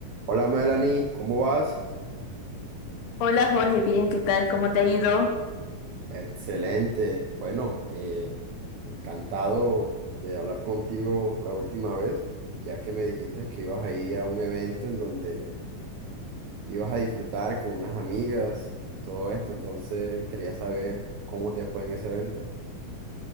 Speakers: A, on the right (about 75°); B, on the left (about 80°).
A: Hola Melanie, ¿cómo vas?
B: Hola Jorge, bien, ¿qué tal? ¿Cómo te ha ido?
A: Excelente. Bueno, eh, encantado de hablar contigo la última vez, ya que me dijiste que ibas a ir a un evento en donde ibas a disfrutar con unas amigas y todo esto, entonces quería saber cómo te fue en ese evento.